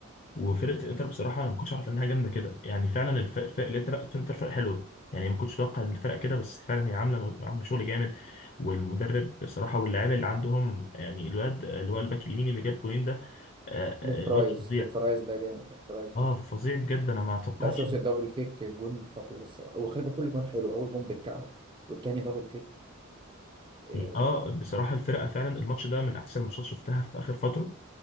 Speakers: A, on the left (about 40°); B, on the right (about 25°).
A: وفرقه الانتر بصراحه انا ما كنتش اعرف انها جامده كده يعني فعلا الف... الف... الانتر الانتر فرقه حلوه يعني ما كنتش اتوقع ان الفرقه كده بس فعلا هي عامله عامله شغل جامد والمدرب بصراحه واللاعيبه اللي عندهم يعني الواد اللي هو الباك اليمين اللي جاب جولين ده آه، آه،
B: دي
A: الواد
B: فرايز
A: فظيع
B: دي فرايز ده جامد دي فرايز
A: اه
B: يعني
A: فظيع بجد انا ما توقعتش
B: لا شفت الدبل كيك جون خطير الصراحه وخلي بالك كل جون حلو اول جون بالكعب والتاني دبل كيك آه،
A: اه بصراحه الفرقه فعلا الماتش ده من احسن الماتشات شفتها في اخر فتره